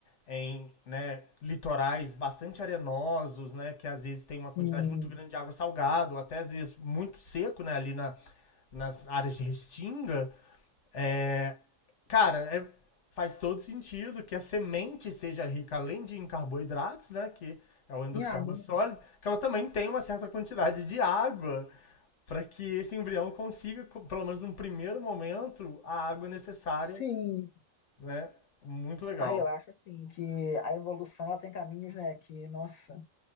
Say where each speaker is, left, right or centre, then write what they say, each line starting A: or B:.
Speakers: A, on the left; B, on the left.
A: em né, litorais bastante arenosos, né, que às vezes tem uma quantidade
B: sim.
A: muito grande de água salgada, ou até às vezes muito seco, né, ali na, nas áreas de restinga, é, Cara, é- faz todo sentido que a semente seja rica além de em carboidratos, né? Que é o endosperma
B: Em água.
A: sólido, que ela também tem uma certa quantidade de água para que esse embrião consiga, co- pelo menos num primeiro momento, a água necessária,
B: Sim,
A: né? Muito legal.
B: Ah, eu acho assim que a evolução ela tem caminhos, né, que, nossa,